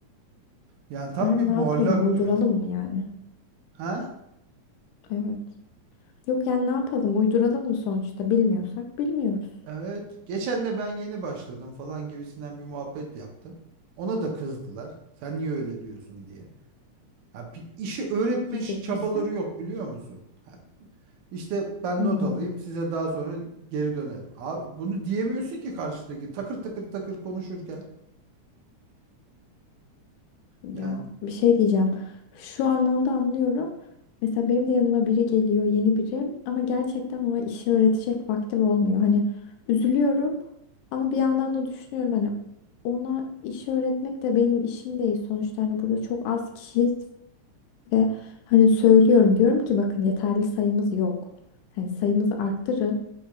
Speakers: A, on the right (about 80°); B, on the left (about 80°).
A: Yani tam
B: Yani
A: bir muallak
B: ne yapalım, uyduralım
A: durum.
B: mı yani?
A: Ha?
B: Evet. Yok yani ne yapalım, uyduralım mı sonuçta? Bilmiyorsak bilmiyoruz.
A: Evet, geçen de ben yeni başladım falan gibisinden bir muhabbet yaptım. Ona da kızdılar. Sen niye öyle diyorsun diye. Ha, bir işi öğretme
B: Ne diyecekmişsin?
A: ş- çabaları yok biliyor musun? Ha, işte ben
B: Hmm.
A: not alayım size daha sonra geri dönerim. Abi bunu diyemiyorsun ki karşıdaki takır takır takır konuşurken.
B: Ya
A: Yani,
B: bir şey diyeceğim. Şu anlamda anlıyorum. Mesela benim de yanıma biri geliyor, yeni biri ama gerçekten ona işi öğretecek vaktim olmuyor. Hani üzülüyorum ama bir yandan da düşünüyorum hani ona iş öğretmek de benim işim değil sonuçta hani burada çok az kişiyiz ve hani söylüyorum diyorum ki bakın yeterli sayımız yok. Hani sayımızı arttırın